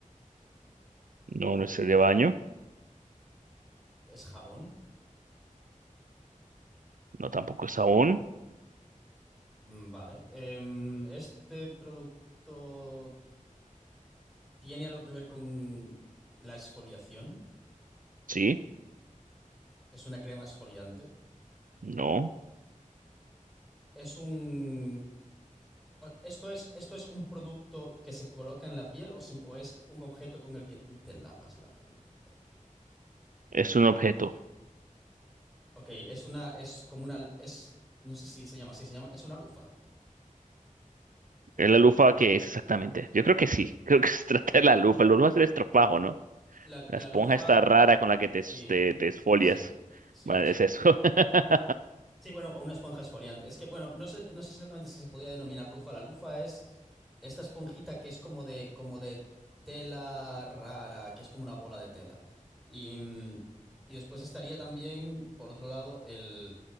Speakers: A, on the right (about 75°); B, in the centre.
A: no, no es el de baño,
B: Es jabón.
A: no tampoco es aún,
B: Mm, Vale. Em, este producto tiene algo que ver con la exfoliación.
A: sí,
B: es una crema exfoliante.
A: no,
B: Es un... ¿Esto es, esto es un producto que se coloca en la piel o, si- o es un objeto con el que tú te lavas la, la-
A: es un objeto.
B: Ok, es una... Es como una... Es... No sé si se llama así, se llama... Es una lufa.
A: Es la lufa que es exactamente. Yo creo que sí, <laughs> creo que se trata de la lufa. La lufa es el estropajo, ¿no?
B: La,
A: La
B: la
A: esponja
B: lufa...
A: está rara con la que te,
B: Sí,
A: te, te esfolias.
B: sí, sí,
A: Bueno,
B: exacto.
A: es eso. <laughs>
B: Sí, bueno, o una esponja exfoliante. Es que, bueno, no sé, no sé exactamente si se podría denominar lufa. La lufa es... Esta esponjita que es como de, como de tela rara, que es como una bola de tela. Y, mm, y después estaría también, por otro lado, el,